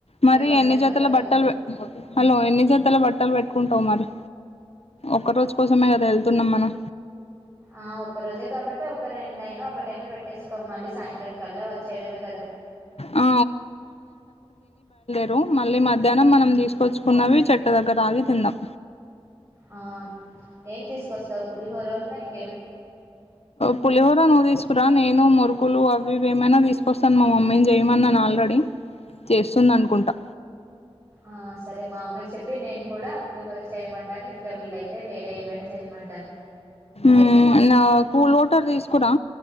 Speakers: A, on the left; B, on the right.
A: మరి
B: రేపు బస్
A: ఎన్ని
B: స్టాండ్
A: చేతల
B: లో కలుద్దాం
A: బట్టలు హలో ఎన్ని చేతల బట్టలు పెట్టుకుంటావు మరి ఒక్క రోజు కోసమే కదా వెళ్తున్నాం మనం
B: ఆ ఒక్క రోజే కాబట్టి ఒక రెండు అయినా ఒక టనా పెట్టేసుకో మళ్ళీ సాయంత్రాం కల్లా వచ్చేయడమే కదా
A: ఆ రూ మళ్ళీ మధ్యాహ్నం మనం తీసుకొచ్చుకున్నవి చెట్టు దగ్గర ఆగి తిందాం
B: ఆ ఏం తీసుకొస్తావు పులిహోర ఉన్న ఆ ఇంకేం
A: పులిహోర నువ్వు తీసుకురా, నేను ముర్ కులు అవి ఇవి ఏమైనా తీసుకొస్తాను మా మమ్మీని చేయమనాన్ను ఆల్రెడీ చేస్తుంది అనుకుంటా
B: ఆ సరే మా అమ్మకి చెప్పి నేను కూడా పులిహోర చేయమంటాను ఇంకా వీలైతే వేరే ఏమైనా చేయమంటాను
A: మ్మ్ నా కూల్ వాటర్ తీసుకురా